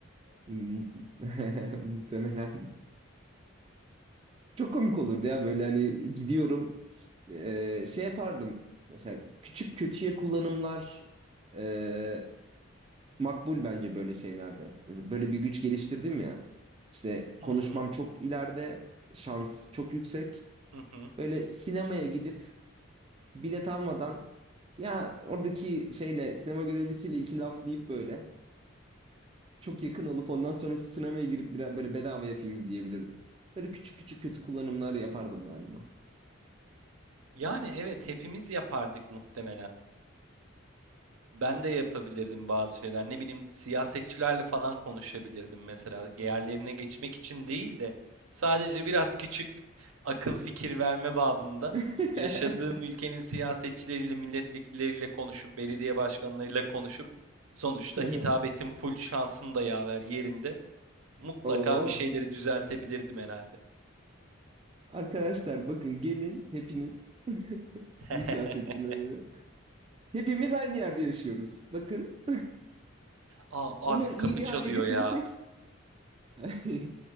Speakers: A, on the right; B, on the right.
A: <laughs> Mu- <laughs> Muhtemelen. Çok komik olurdu ya böyle hani gidiyorum s- e, şey yapardım mesela küçük kötüye kullanımlar e, makbul bence böyle şeylerde. Mesela Böyle bir güç geliştirdim ya. İşte
B: Hı
A: konuşmam
B: hı,
A: çok ileride, şans çok yüksek.
B: hı hı.
A: Böyle sinemaya gidip bilet almadan ya oradaki şeyle sinema görevlisiyle iki laf deyip böyle çok yakın alıp ondan sonra sinemaya girip biraz böyle bedavaya film izleyebilirdim. Böyle küçük küçük kötü kullanımlar yapardım galiba.
B: Yani evet hepimiz yapardık muhtemelen. Ben de yapabilirdim bazı şeyler. Ne bileyim siyasetçilerle falan konuşabilirdim mesela. Yerlerine geçmek için değil de sadece biraz küçük akıl fikir verme babında
A: <laughs>
B: yaşadığım ülkenin siyasetçileriyle, milletvekilleriyle konuşup, belediye başkanlarıyla konuşup sonuçta
A: <laughs>
B: hitabetim full şansım da yaver yerinde. Mutlaka
A: Oo.
B: bir şeyleri düzeltebilirdim herhalde.
A: Arkadaşlar bakın gelin hepiniz
B: <laughs>
A: siz siyasetçiler Hepimiz aynı yerde yaşıyoruz. Bakın
B: Aa,
A: bunu
B: abi kapı
A: iyi bir
B: çalıyor
A: hale getirirsek.
B: ya.
A: <laughs>